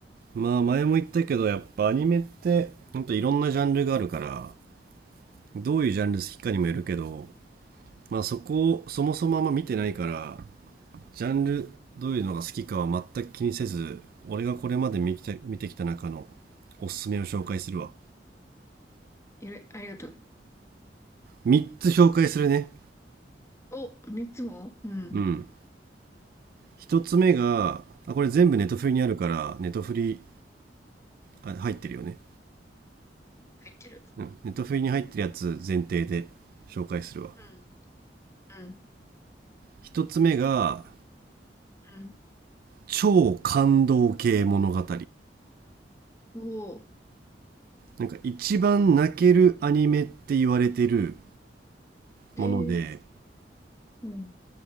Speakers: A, on the right; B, on the left.
A: ぁまあ前も言ったけどやっぱアニメってほんといろんなジャンルがあるからどういうジャンル好きかにもよるけどまあそこをそもそもあんま見てないからジャンルどういうのが好きかは全く気にせず俺がこれまで見て見てきた中の
B: うん、
A: おすすめを紹介するわ
B: うん、うん。うんいろいありがとう。
A: 3つ紹介するね
B: お、3つもうん、うん、
A: うん一つ目があこれ全部ネトフリにあるからネトフリあ入ってるよね、
B: 入ってる。
A: うん、ネットフリに入ってるやつ前提で紹介するわ
B: うん、うん、
A: 一つ目が
B: うん。
A: 超感動系物語
B: おー。
A: なんか一番泣けるアニメって言われてる
B: えー、
A: もので
B: うん。